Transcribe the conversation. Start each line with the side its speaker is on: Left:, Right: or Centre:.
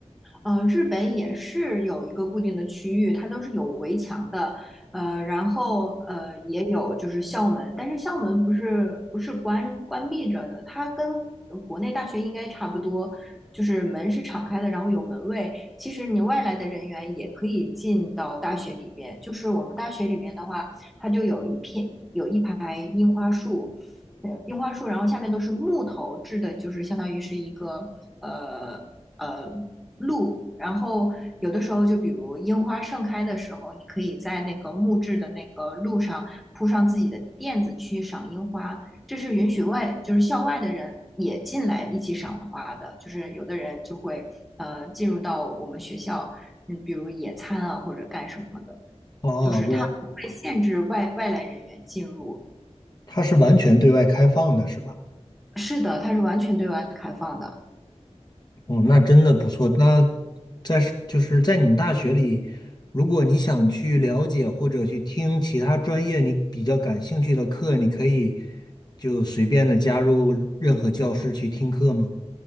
Centre: 嗯，日本也是有一个固定的区域，它都是有围墙的，呃，然后呃也有就是校门，但是校门不是不是关关闭着的，它跟呃国内大学应该差不多，就是门是敞开的，然后有门卫。其实你外来的人员也可以进到大学里边，就是我们大学里面的话，它就有一片有一排樱花树，呃，樱花树，然后下面都是木头制的，就是相当于是一个呃。呃路，然后有的时候就比如樱花盛开的时候，你可以在那个木质的那个路上铺上自己的垫子去赏樱花，这是允许外就是校外的人也进来一起赏花的，就是有的人就会呃进入到我们学校，嗯，比如野餐啊或者干什么的，
Left: 哦，
Centre: 就是它不会限制外外来人员进入。
Left: 我，它是完全对外开放的，是吧？
Centre: 是的，它是完全对外开放的。
Left: 哦，那真的不错。那在是就是在你们大学里，如果你想去了解或者去听其他专业你比较感兴趣的课，你可以就随便的加入任何教室去听课吗？